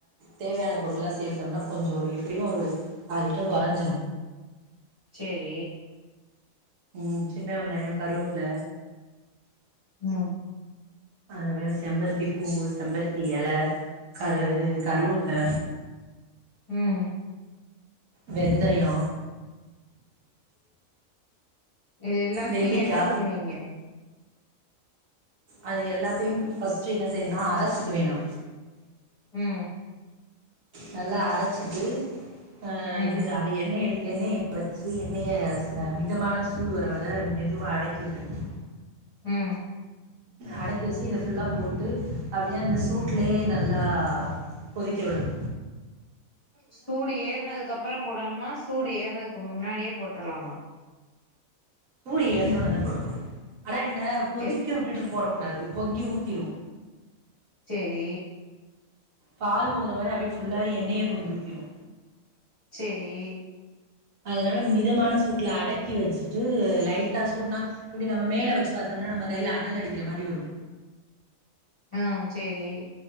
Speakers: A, on the right (about 75°); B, on the left (about 25°).
A: தேவையான பொருள்லா சேத்தம்னா கொஞ்சொ ஒரு எப்டியு ஒரு காலிட்டர் கொறஞ்சிரு
B: செரி
A: ம் சின்ன வெங்காயொ கருவப்புல
B: ம்
A: அதுல வேற செம்பருத்தி பூவு செம்பருத்தி எல கரு அது கருவப்புல
B: ம்
A: வெந்தயொ
B: இது எல்லாத்தையு
A: நெல்லிக்கா
B: என்ன பண்ணுவீங்க
A: அது எல்லாத்தையு ஃபஸ்ட்டு என்ன செய்யணுனா அரச்சுக்குவே நா
B: ம்
A: நல்லா அரச்சிட்டு ஆ
B: ம்
A: இது அது எண்ணெய எண்ணெய வச்சு எண்ணெய ச மிதமான சூடு வர வர மெதுவா அடக்கி வெக்கெணு
B: ம்
A: அடக்கி வச்ட்டு இத ஃபுல்லா போட்டு அப்டியே அந்த சூட்லயே
B: ம்
A: நல்லா கொதிக்க விடணு
B: சூடு ஏற்னதுக்கப்பறொ போடணுமா சூடு ஏற்ர க்கு முன்னாடியே போட்ருலாமா
A: சூடு ஏறுன ஒடன தா போடணு ஆனா என்ன கொதிக்க
B: எ
A: விட்டுட்டு போட கூடாது பொங்கி ஊத்திரும்
B: சேரி
A: பால் பொங்கற மாரி அப்டி ஃபுல்லா எண்ணெயே பொங்கி ஊத்திரும்
B: சேரி
A: அதனால மிதமான சூட்ல அடக்கி வச்சுட்டு லைட்டா சூட்னா இப்டி நம்ம மேல வச்சு பாத்தோம் ன்னா நம்ம கைல அணல் அடிக்கற மாரி வரும்
B: ஆ சேரி